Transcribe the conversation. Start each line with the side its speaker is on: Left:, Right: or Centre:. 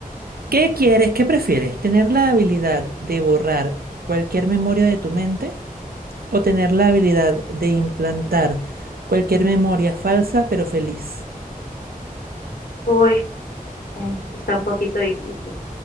Right: ¿Qué quieres? ¿Qué prefieres? ¿Tener la habilidad de borrar cualquier memoria de tu mente O tener la habilidad de implantar cualquier memoria falsa pero feliz.
Left: Uy, ay, sí está un poquito difícil.